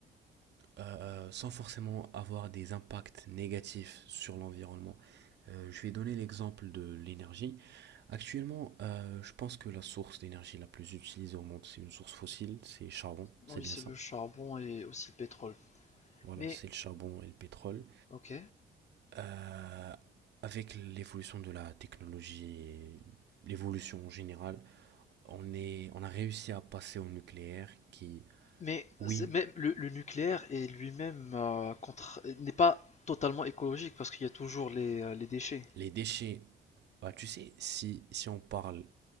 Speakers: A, on the right; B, on the left.
A: euh, euh, sans forcément avoir des impacts négatifs sur l'environnement. Euh, je vais donner l'exemple de l'énergie. Actuellement, euh, je pense que la source d'énergie la plus utilisée au monde, c'est une source fossile, c'est charbon,
B: Oui,
A: c'est bien
B: c'est
A: ça.
B: le charbon et aussi le pétrole.
A: Voilà,
B: Mais,
A: c'est le charbon et le pétrole.
B: ok.
A: Euh, avec l'évolution de la technologie et l'évolution en général, on est, on a réussi à passer au nucléaire qui,
B: Mais
A: oui,
B: c'est- même le, le nucléaire est lui-même euh, contre- n'est pas totalement écologique parce qu'il y a toujours les, euh, les déchets.
A: les déchets, bah, tu sais, si, si on parle